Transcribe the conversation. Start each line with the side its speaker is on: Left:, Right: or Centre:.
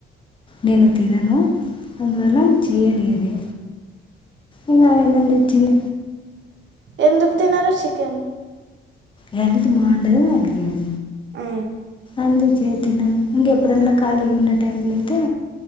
Left: నేను తినను అందువల్ల చేయన్ ఏది ఇంకా ఎలా ఉన్న చిన్న
Right: ఏందుకు తినరు చికెన్
Left: హెల్త్ బాగుండదు అంద్కని
Right: ఆ
Left: అందుచేత్ తినను ఇంక ఎప్పుడన్నా ఖాళీగా ఉన్న టైంలో అయితే